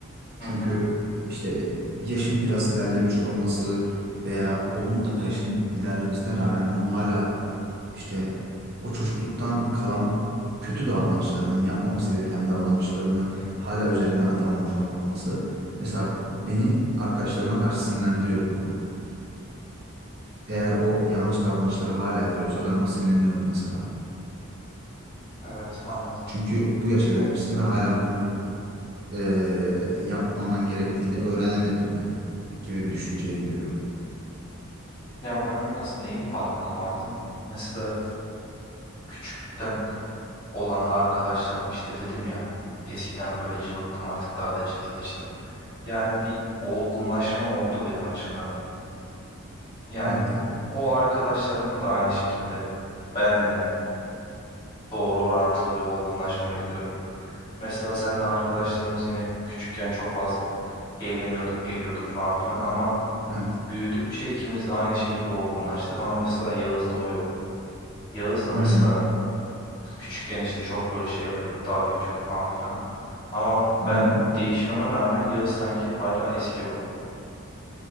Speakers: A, on the left (about 20°); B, on the right (about 50°).
A: Hı
B: Çünkü
A: hı.
B: işte yaşım biraz ilerlemiş olması veya onun da yaşın ilerlemesine rağmen onun hala İşte o çocukluktan kalan kötü davranışlarının yapmaması gereken davranışlarını hala üzerinden atamamış olması mesela beni arkadaşlarıma karşı sinirlendiriyor bu konu. Eğer o yanlış davranışları hala yapıyorsa ben ona sinirleniyorum mesela.
A: Evet, anladım.
B: Çünkü bu yaşa gelmişsin ve hala bunu eee, yapmaman gerektiğini öğrenemedin mi gibi bir düşünceye giriyorum.
A: Ya ben biraz neyin farkına vardım? Mesela küçüklükten olan arkadaşlarım işte dedim ya eskiden böyle cıvıktım artık daha da ciddileştim. Yani bir olgunlaşma oldu benim açımdan. Yani
B: Evet abi.
A: o arkadaşlarımla da aynı şekilde benle doğru orantılı bir olgunlaşma bekliyorum. Mesela seninle arkadaşlarımız yine küçükken çok fazla eğleniyorduk, ediyorduk falan filan ama
B: Evet.
A: büyüdükçe ikimiz de aynı şekilde olgunlaştık ama mesela Yağız'da o yok. Yağız'la
B: Hı
A: mesela
B: hı.
A: Küçükken işte çok böyle şey yapıyorduk, dalga geçiyorduk falan filan. Ama
B: Hı
A: ben
B: hı.
A: değişmeme rağmen Yağız sanki hala eski o.